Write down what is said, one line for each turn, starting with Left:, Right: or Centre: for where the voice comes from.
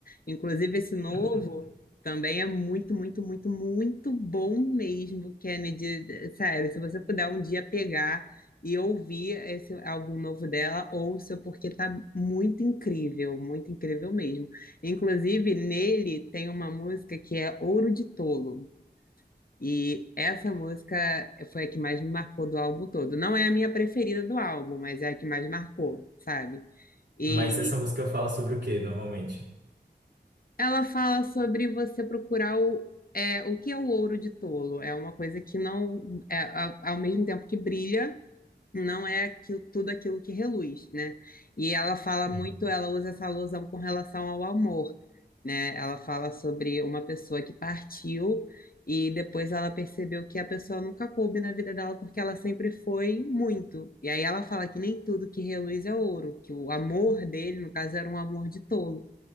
Left: Inclusive, esse novo
Right: <laughs>
Left: também é muito, muito, muito, muito bom mesmo, Kennedy. Sério, se você puder um dia pegar e ouvir esse álbum novo dela, ouça, porque tá muito incrível, muito incrível mesmo. Inclusive, nele tem uma música que é Ouro de Tolo. E essa música foi a que mais me marcou do álbum todo. Não é a minha preferida do álbum, mas é a que mais marcou, sabe? E
Right: Mas essa música fala sobre o quê, normalmente?
Left: ela fala sobre você procurar o, é, o que é o ouro de tolo. É uma coisa que não é a- ao mesmo tempo que brilha. não é aquilo, tudo aquilo que reluz, né? E ela fala muito,
Right: Hum,
Left: ela usa essa alusão com relação ao amor, né? Ela fala sobre uma pessoa que partiu e depois ela percebeu que a pessoa nunca coube na vida dela porque ela sempre foi muito. E aí ela fala que nem tudo que reluz é ouro, que o amor dele, no caso, era um amor de tolo,